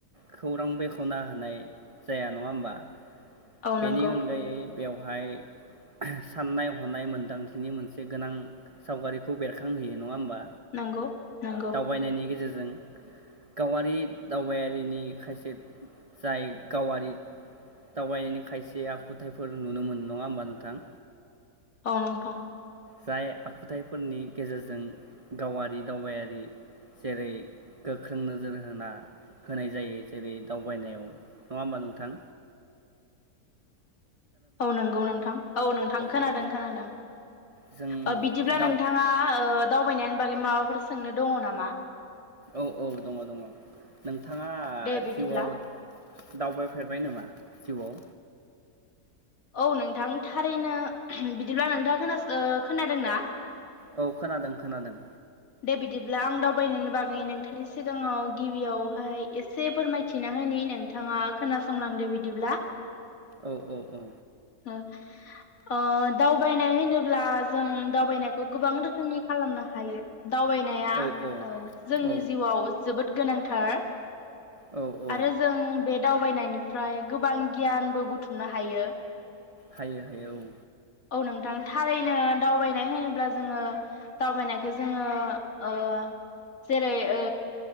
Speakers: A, on the right; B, on the left.
A: खौरां बेखना होनाय जाया नङा होमबा।
B: औ
A: बेनि
B: नंगौ
A: उनगायै बेवहाय साननाय हनाय मोन्दांथिनि मोनसे गोनां सावगारिखौ बेरखांहोयो नङा होमबा
B: नंगौ नंगौ
A: दावबायनायनि गेजेर जो जों गावारि दावबायारिनि खायसे जाय गावारि दावबाय हैनो खायसे आखुथायफोर नुनो मोनो नङा होमबा नोंथां?
B: अ नोंथां।
A: जाय आखुथाइफोरनि गेजेरजों गावारि दावबायारि जेरै गोख्रों नोजोर होना होनाय जायो जेरै दावबायनायाव नङा होमबा नोंथां?
B: औ नोंगौ नोंथां औ नोंथां खोनादों
A: औ
B: खोनादों
A: जों
B: औ बिदिब्ला
A: दाउ
B: नोंथाङा ओ दावबायनायनि बागै माबाफोर सोंनो दङ नामा?
A: औ औ दङ दङ नोंथाङा
B: दे बिदिब्ला
A: जिउआव दावबायफेरबाय नामा? जिउआव।
B: औ नोंथां थारैनो बिदिब्ला नोंथाङा खोनासो खोनादोंना?
A: औ खोनादों खोनादों।
B: दे बिदिब्ला आं दावबायनायनि बागै नोंथांनि सिगाङाव गिबियावहाय एसे फोरमायथिना होनि नोंथाङा खोनासंलांदो बिदिब्ला।
A: औ औ औ।
B: ओ अ दावबायनाय होनोब्ला जों दावबायनायखौ गोबां रोखोमनि खालामनो हायो। दावबायनाया
A: औ
B: ओ जोंनि
A: औ
B: जिउआव जोबोद गोनांथार।
A: औ औ
B: आरो जों बे दावबायनायनिफ्राय गोबां गियानबो बुथुमनो हायो।
A: हायो हायो औ।
B: औ नोंथां थारैनो दावबायनाय होनोब्ला जोङो दावबायनायखौ जो जोङो ओ जेरै ओ